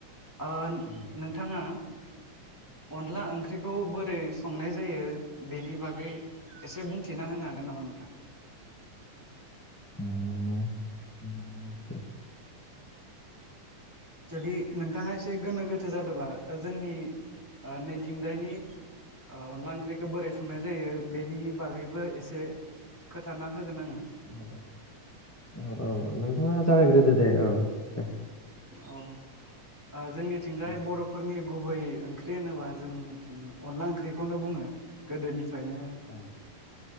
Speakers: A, in the centre; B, on the left (about 25°).
A: आ
B: औ
A: नोंथाङा अनला ओंख्रिखौ बोरै संनाय जायो बेनि बागै एसे बुंथिना होनो हागोन नामा नोंथां?
B: उम उम
A: जुदि नोंथाङा एसे गोनो गोथो जादोंबा जोंनि ओ नैथिंजायनि ओ अनला ओंख्रिखो बोरै संनाय जायो बेनि बागैबो एसे खोथाना होगोन आङो।
B: ओ ओ ओ औ नोंथाङा जागायग्रोदो दे औ दे।
A: औ औ जोंनिथिंजाय
B: औ
A: बर'फोरनि गुबै ओंख्रि होनोबा जोंनिथिं अनला ओंख्रिखौनो बुङो गोदोनि फ्रायनो
B: औ